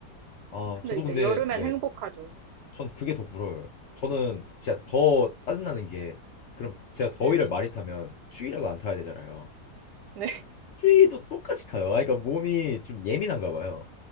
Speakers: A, on the left; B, on the right.
A: 아,
B: 근데
A: 저도
B: 이제
A: 근데,
B: 여름엔
A: 네.
B: 행복하죠.
A: 전 그게 더 부러워요. 저는 진짜 더 짜증나는 게, 그럼 제가 더위를
B: 네.
A: 많이 타면 추위라도 안 타야 되잖아요.
B: 네.
A: 추위도 똑같이 타요. 아, 그러니까 몸이 좀 예민한가 봐요.